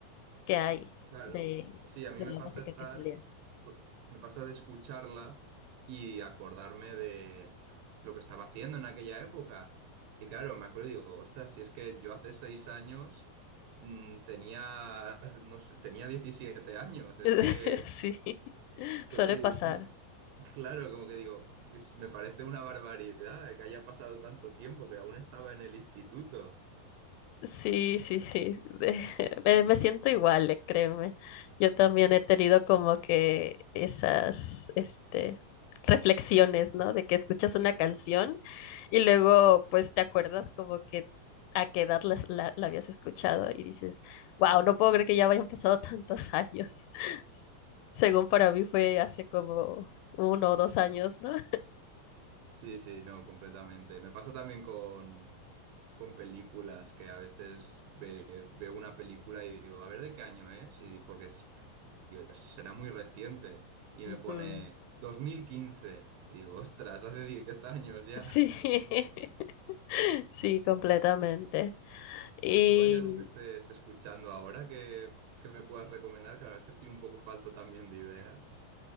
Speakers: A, on the left (about 85°); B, on the right (about 80°).
A: que hay
B: Claro,
A: de,
B: sí, a mí
A: de
B: me
A: la
B: pasa
A: música
B: estar,
A: que salía.
B: co- me pasa de escucharla y acordarme de lo que estaba haciendo en aquella época. Y claro, me acuerdo y digo, ostras, si es que yo hace seis años mm, tenía, <laughs> no sé, tenía 17 años, es
A: <laughs>
B: que,
A: Sí, suele
B: cl- eh,
A: pasar.
B: me- claro, como que digo, es- me parece una barbaridad que haya pasado tanto tiempo, que aún estaba en el instituto.
A: Sí, sí, sí. de- <laughs> Me, me siento igual, eh, créeme. Yo también he tenido como que esas, este, reflexiones, ¿no? De que escuchas una
B: Mm.
A: canción y luego, pues, te acuerdas como que a qué edad las- la, la habías escuchado y dices, wow, no puedo creer que ya hayan pasado tantos años. <laughs> Según para mí fue hace como uno o dos años, ¿no?
B: Sí, sí, no, completamente. Me pasa también con, con películas que a veces ve- veo una película y digo, a ver de qué año es, y di- porque es, tío, será muy reciente. Y
A: Ujú.
B: me pone dos mil quince Y digo, ostras, hace 10 años ya.
A: Sí. <laughs> Sí, completamente.
B: <laughs>
A: Y
B: ¿Y tú hay algo que estés escuchando ahora que, que me puedas recomendar? Que la verdad es que estoy un poco falto también de ideas.